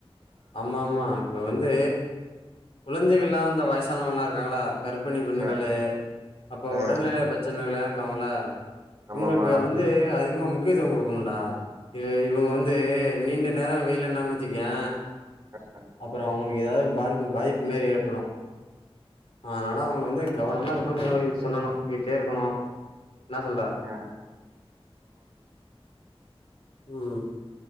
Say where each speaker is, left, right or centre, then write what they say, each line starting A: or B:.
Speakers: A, on the left; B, on the right.
A: ஆமா ஆமா இப்ப வந்து கொழந்தைகள்லா அந்த வயசானவங்கல்லா இருக்காங்ளா கருப்பணி பெண்களு
B: ஆ
A: அப்ப
B: ஆ
A: உடல்நெலை ப்ரச்சனைகள்லா இருக்காங்களா
B: ஆமாமா
A: இவுங்களுக்கு வந்து அதிகமா முக் கியதுவோ குடுக்கணம்டா இவே இவுங்க வந்து நீண்ட நேரோ வெய்யில நின்னாங்கன்னு வச்சுகேயே
B: அ ஆ
A: அப்பற அவ்ங்களுக்கு எதாவ்து பாரிப்பு பாதிப்பு மாரி ஏற்படு அதனால அவ்ங்கள வந்து கவனமா இருக்கனு சொல்லி சொல்லணு வீட்லே இருக்கணு என்னா சொல்ற
B: அ
A: ம்